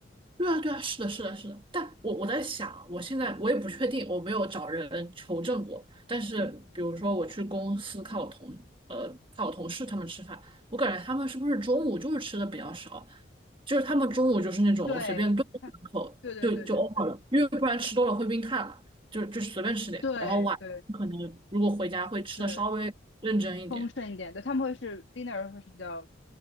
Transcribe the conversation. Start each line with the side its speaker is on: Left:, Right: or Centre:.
Right: 对啊，对啊，是的，是的，是的。但我我在想啊，我现在我也不确定，我没有找人求证过。但是，比如说我去公司看我同呃看我同事他们吃饭，我感觉他们是不是中午就是吃的比较少，就是他们中午就是那种随便炖两口就就
Left: 对，看，对对对对
Right: over 了，因为不然吃多了会晕碳嘛，就就是随便吃点。
Left: 对对对
Right: 然后晚可能如果回家会吃的稍微认真一点。
Left: 对，丰盛一点，对，他们会是 dinner 会是比较